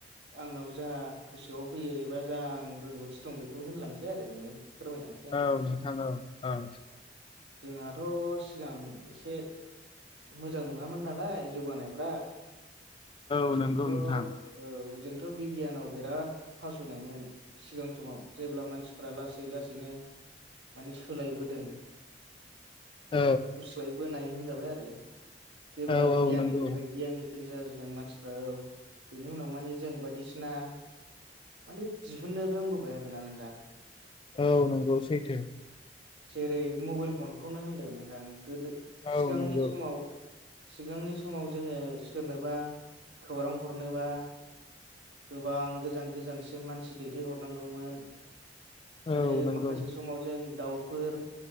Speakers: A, on the right (about 75°); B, on the left (about 30°).
A: आंनाव जा गोसोआव फैयो एबा जा आं रोंगौथि दं बेखौ होनलांनोसै आरो नोंनो फोरमायलांसै आंबो
B: औ नोंथां औ-औ
A: जोंहाथ' सिगां एसे मोजां नङामोन नालाय जौगानायफ्रा
B: औ
A: जोंथ'
B: नंगौ
A: औ
B: नोंथां
A: जोंथ' बिगियानाव बिराद फासयनायमोन सिगां समाव जेब्ला मानसिफ्रा लासै लासैनो माने सोलायबोदों
B: औ
A: गुस्लायबोनाय होनजाबाय आरो जेब्ला
B: औ औ
A: गियानिनिफ्राय
B: नंगौ
A: गियानिफिन जाजोबदों मानसिफ्रा औ बेनि उनाव मानिे जों बायदिसिना माने दिहुननो रोंबोबाय आरो ना नोंदां
B: औ नंगौ सैथो
A: जेरै मबाइल फनखौनो होनदों नोंथां गोदो
B: औ
A: सिगांनि
B: नंगौ
A: समाव सिगांनि समाव जोङो सोरनोबा खौरां हरनोबा गोबां गोजान गोजानसिम मानसि दैथायहरनांगौमोन
B: औ
A: आरो
B: नंगौ
A: माखासे समाव जों दाउफोर